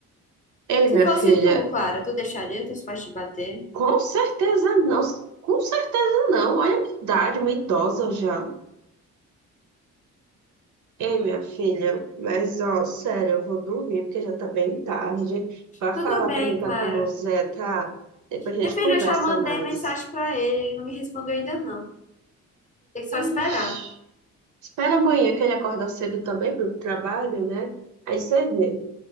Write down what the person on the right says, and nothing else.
Ei,
minha
filha,
com certeza não. Com certeza não. Olha a minha idade, uma idosa já. Ei, minha filha, mas ó, sério, eu vou dormir porque já tá bem tarde. Vai
falar,
perguntar
como o Zé tá. Depois a
gente
conversa
mais.
Ixi. Espera amanhã que ele acorda cedo também pro trabalho, né? Aí você vê.